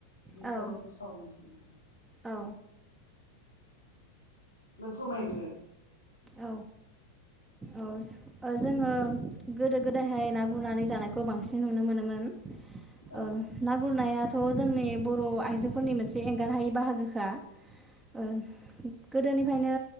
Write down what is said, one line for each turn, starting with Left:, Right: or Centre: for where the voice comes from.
Left: बेनि
Right: औ
Left: सायावनोसोर सावरायनोसै।
Right: औ
Left: नों फोरमायग्रो
Right: औ औ औ ज ओ जोङो गोदो गोदायहाय ना गुरनानै जानायखौ बांसिन नुनो मोनोमोन।
Left: औ
Right: ओ ना गुरनाया थ' जोंनि बर' आइजोफोरनि मोनसे एंगारहायि बाहागोखा ओ गोदोनिफ्रायनो